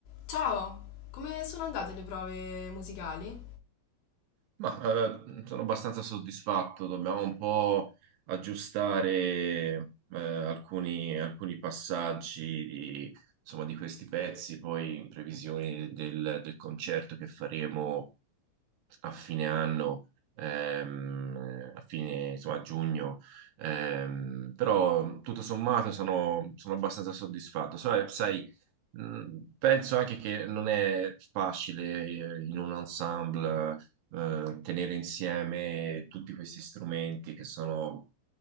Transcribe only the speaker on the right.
Ma eh, sono abbastanza soddisfatto, dobbiamo un po' aggiustare eh, alcuni, alcuni passaggi di, insomma, di questi pezzi, poi in previsione del, del concerto che faremo a fine anno, ehm, a fine, insomma, a giugno, ehm, però tutto sommato sono, sono abbastanza soddisfatto. Sai, sai, Mm, Penso anche che non è facile eh, in un ensemble eh, tenere insieme tutti questi strumenti che sono